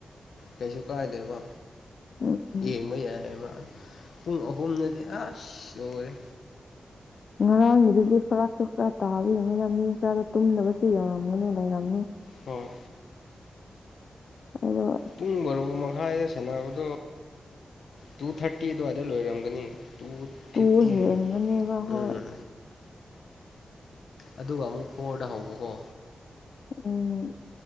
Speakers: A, on the left (about 70°); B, on the left (about 50°).
A: ꯀꯩꯁꯨ ꯀꯥꯏꯗꯣꯏꯕ
B: ꯎꯝ
A: ꯌꯦꯡꯕ ꯌꯥꯏꯕ ꯄꯨꯡ ꯑꯍꯨꯝꯅꯗꯤ ꯑꯁ ꯂꯔꯦ
B: ꯉꯔꯥꯡꯒꯤꯗꯨꯗꯤ ꯐꯔꯥꯛꯁꯨ ꯈꯔ ꯇꯥꯕꯤꯕꯅꯤꯅ ꯃꯤ ꯈꯔꯗ ꯇꯨꯝꯗꯕꯁꯨ ꯌꯧꯔꯝꯒꯅꯤ ꯂꯩꯔꯝꯅꯤ
A: ꯍꯣꯏ
B: ꯑ
A: ꯄꯨꯡ ꯃꯔꯔꯣ ꯃꯈꯥꯏꯗ ꯁꯥꯟꯅꯕꯗꯣ ꯇꯨ ꯊꯥꯔꯇꯤ ꯑꯗꯨꯋꯥꯏꯗ ꯂꯣꯏꯔꯝꯒꯅꯤ ꯇꯨ
B: ꯇꯨ
A: ꯐꯤꯐꯇꯤꯟ
B: ꯍꯦꯟꯕꯅꯦꯕ ꯍꯣꯏ
A: ꯑꯥ ꯑꯗꯨꯒ ꯑꯃꯨꯛ ꯐꯣꯔꯗ ꯍꯧꯕꯀꯣ
B: ꯎꯝ